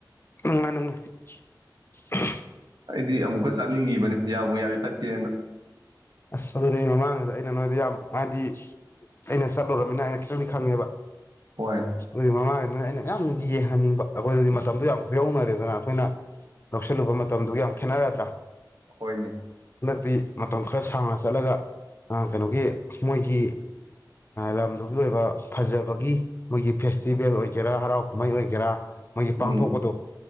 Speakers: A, on the left (about 35°); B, on the right (about 65°).
A: ꯅꯨꯡꯉꯥꯏ ꯅꯅꯨꯡꯉꯥꯏ <unintelligible>
B: ꯑꯩꯗꯤ ꯑꯃꯨꯛꯀ ꯆꯠꯅꯤꯡꯉꯤꯕꯅꯤ ꯌꯥꯎꯕꯨ ꯌꯥ ꯁꯇ ꯑꯃ
A: ꯑꯁ ꯑꯗꯨꯅꯦ ꯃꯃꯥꯡꯁꯤꯗ ꯑꯩꯅ ꯅꯣꯏꯗ ꯌꯥꯝ ꯍꯥꯏꯗꯤ ꯑꯩꯅ ꯆꯠꯂꯨꯃꯤꯅ ꯑꯩꯅ ꯈꯤꯇꯪꯗꯤ ꯈꯪꯉꯦꯕ
B: ꯍꯣꯏ
A: ꯑꯗꯨꯒꯤ ꯃꯃꯥꯡꯒꯤ ꯑꯩꯅ ꯌꯥꯝ ꯅꯨꯡꯇꯌꯦ ꯈꯪꯍꯟꯅꯤꯡꯕ ꯑꯩꯈꯣꯏꯗꯗꯤ ꯃꯇꯝꯗꯨꯣ ꯌꯥꯝ ꯀꯌꯧꯅꯔꯦꯗꯅ ꯑꯩꯈꯣꯏꯅ ꯂꯧꯁꯤꯜꯂꯨꯕ ꯃꯇꯝꯗꯨꯒ ꯌꯥꯝ ꯈꯦꯠꯅꯔꯗ꯭ꯔꯥ
B: ꯑꯩꯈꯣꯏꯅꯦ
A: ꯃ ꯃꯇꯝꯣꯟ ꯈ ꯈꯔ ꯁꯥꯡꯅ ꯆꯠꯂꯒ ꯀꯩꯅꯣꯒꯤ ꯃꯣꯏꯒꯤ ꯂꯝꯗꯨꯒꯤ ꯑꯣꯏꯕ ꯐꯖꯕꯒꯤ ꯃꯣꯏꯒꯤ ꯐꯦꯁꯇꯤꯚꯦꯜ ꯑꯣꯏꯒꯦꯔꯥ ꯍꯔꯥꯎ ꯀꯨꯝꯍꯩ ꯑꯣꯏꯒꯦꯔꯥ ꯃꯣꯏꯒꯤ
B: ꯎꯝ
A: ꯄꯥꯡꯊꯣꯛꯄꯗꯣ